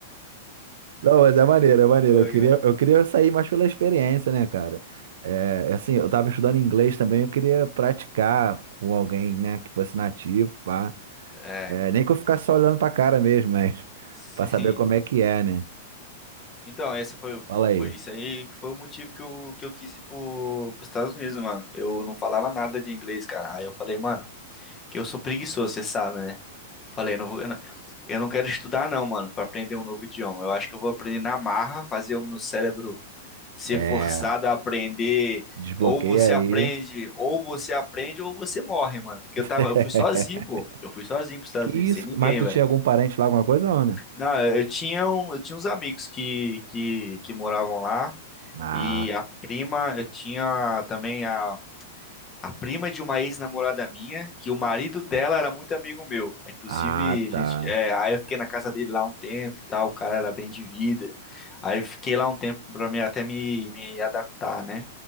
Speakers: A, on the right; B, on the left.
A: Não, mas é maneiro, é maneiro.
B: Pô,
A: Eu queria,
B: cara.
A: eu queria sair mais pela experiência, né, cara? É, é assim, eu tava estudando inglês também, eu queria praticar com alguém, né, que fosse nativo, pá.
B: É,
A: É, nem que eu ficasse só olhando pra cara mesmo, mas <laughs>
B: sim.
A: pra saber como é que é, né?
B: Então, essa foi,
A: Fala
B: pô,
A: aí.
B: foi isso aí que foi o motivo que eu, que eu quis ir pro, pros Estados Unidos, mano. Eu não falava nada de inglês, cara. Aí eu falei, mano, que eu sou preguiçoso, você sabe, né? Falei, não vou, eu não eu não quero estudar não, mano, pra aprender um novo idioma. Eu acho que eu vou aprender na marra, fazer o meu cérebro ser
A: É,
B: forçado a aprender.
A: desbloqueia
B: Ou você
A: aí.
B: aprende, ou você aprende, ou você morre, mano. Porque eu
A: <laughs>
B: tava, eu fui sozinho, pô. Eu fui sozinho pros Estados
A: Que isso?
B: Unidos, sem ninguém,
A: Mas tu
B: velho.
A: tinha algum parente lá, alguma coisa, ou não?
B: Não, eu tinha, um, eu tinha uns amigos que, que, que moravam lá.
A: Ah,
B: E a prima, eu tinha também a, a prima de uma ex-namorada minha, que o marido dela era muito amigo meu. Inclusive,
A: ah,
B: gente,
A: tá.
B: é, aí eu fiquei na casa dele lá um tempo e tal. O cara era bem de vida. Aí eu fiquei lá um tempo pra me, até me, me adaptar, né?